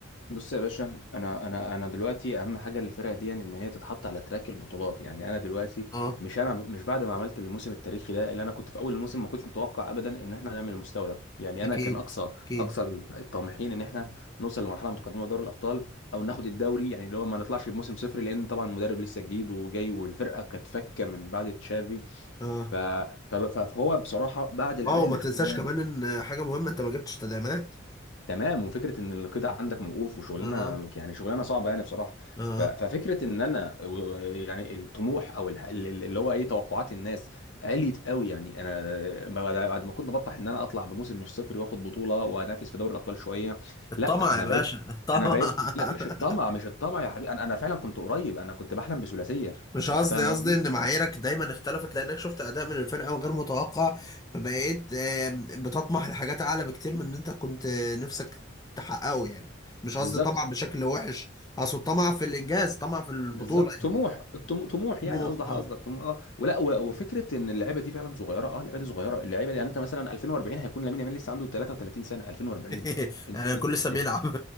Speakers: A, on the left; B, on the left.
A: بص يا باشا انا انا انا دلوقتي اهم حاجه للفرقه دي ان هي تتحط على تراك البطولات يعني انا دلوقتي
B: اه
A: مش انا مش بعد ما عملت الموسم التاريخي ده اللي انا كنت في اول الموسم ما كنتش متوقع ابدا ان احنا نعمل المستوى ده يعني
B: اكيد
A: انا كان اقصى
B: اكيد
A: اقصى الطامحين ان احنا نوصل لمرحله متقدمه في دوري الابطال او ناخد الدوري يعني اللي هو ما نطلعش بموسم صفر لان طبعا المدرب لسه جديد وجاي والفرقه كانت فكه من بعد تشافي
B: اه
A: ف... ف... فهو بصراحه بعد الاداء
B: اه وما
A: اللي
B: تنساش
A: شفناه
B: كمان ان حاجه مهمه انت ما جبتش تدعيمات
A: تمام وفكره ان القيد عندك موقوف وشغلانه
B: اه
A: يعني شغلانه صعبه يعني بصراحه
B: اه
A: ف... ففكره ان انا و- يعني الطموح او الح- ال- ال- اللي هو ايه توقعات الناس عليت قوي يعني انا بعد بعد ما كنت بطمح ان انا اطلع بموسم مش صفر واخد بطوله وانافس في دوري الابطال شويه
B: الطمع
A: لا انا
B: يا باشا
A: بقيت
B: الطمع
A: انا بقيت لا مش
B: <laughs>
A: الطمع مش الطمع يا حبيبي انا انا فعلا كنت قريب انا كنت بحلم بثلاثيه
B: مش
A: انت
B: قصدي
A: فاهم
B: قصدي
A: قصدي
B: ان معاييرك دايما اختلفت لانك شفت اداء من الفرقه غير متوقع فبقيت آم، بتطمح لحاجات اعلى بكتير من ان انت كنت آه، نفسك تحققه يعني مش قصدي
A: بالظبط
B: طمع بشكل وحش اقصد طمع في الانجاز طمع في البطوله
A: بالظبط
B: يعني
A: طموح
B: ده
A: الطم- طموح يعني
B: طموح
A: قصدك قصدك
B: اه
A: طموح اه ولا و- وفكره ان اللعيبه دي فعلا صغيره اه اللعيبه دي صغيره اللعيبه دي يعني انت مثلا 2040 هيكون لامين يامال لسه عنده 33 سنه 2040
B: <laughs>
A: انت
B: انا
A: <laughs>
B: كل لسه بيلعب